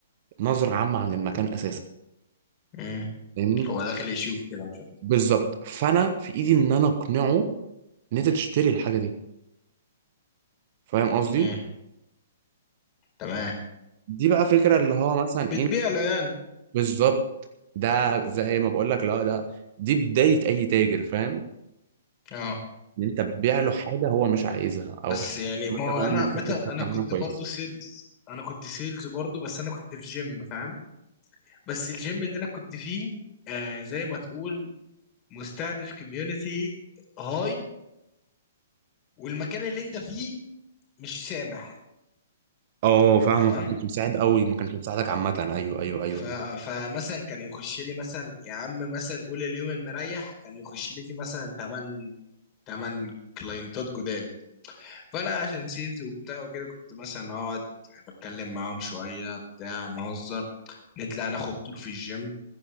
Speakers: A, on the right; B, on the left.
A: نظرة عامة عن المكان أساسا
B: مم.
A: فاهمني
B: هو داخل يشوف كده مش عارف.
A: بالظبط فانا في ايدي ان انا اقنعه ان انت تشتري الحاجه دي فاهم قصدي
B: مم. تمام
A: دي بقى فكره اللي هو مثلا
B: بتبيع
A: ايه
B: له يعني
A: بالظبط ده زي ما بقول لك لا ده دي بدايه اي تاجر فاهم
B: اه
A: ان انت تبيع له حاجه هو مش عايزها
B: بس
A: او حاجه
B: يعني
A: مثلا
B: ما هو انا
A: يعني
B: مثلا
A: في حاجة فكره
B: انا
A: عنها
B: كنت
A: كويسه
B: برضو سيلز انا كنت سيلز برضو بس انا كنت في جيم فاهم بس الجيم اللي انا كنت فيه آه زي ما تقول مستهدف كوميونتي هاي والمكان اللي انت فيه مش سامح
A: اه فاهمك
B: تمام
A: ما كانش مساعد قوي ما كانش مساعدك عامه ايوه ايوه ايوه
B: ف...
A: ايوه
B: فمثلا كان يخش لي مثلا يا عم مثلا قول اليوم المريح كان يخش لي فيه مثلا 8 8 كلاينتات جداد فانا عشان سيلز وبتاع وكده كنت مثلا اقعد بتكلم معاهم شويه بتاع نهزر نطلع ناخد تور في الجيم